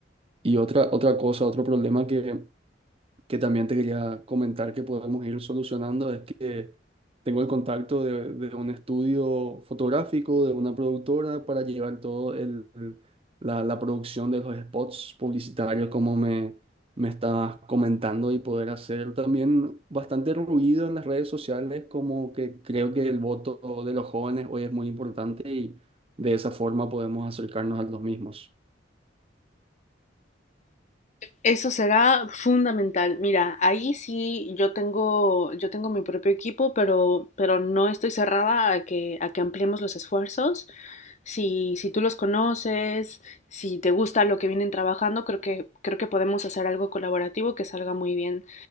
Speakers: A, on the right; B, on the left.
A: Y otra, otra cosa, otro problema que que también te quería comentar que podemos ir solucionando es que tengo el contacto de, de un estudio fotográfico, de una productora, para llevar todo el, la, la producción de los spots publicitarios, como me, me estabas comentando, y poder hacer también bastante ruido en las redes sociales, como que creo que el voto de los jóvenes hoy es muy importante y de esa forma podemos acercarnos a los mismos.
B: Eso será fundamental. Mira, ahí sí yo tengo, yo tengo mi propio equipo, pero, pero no estoy cerrada a que, a que ampliemos los esfuerzos. Si, si tú los conoces, si te gusta lo que vienen trabajando, creo que, creo que podemos hacer algo colaborativo que salga muy bien.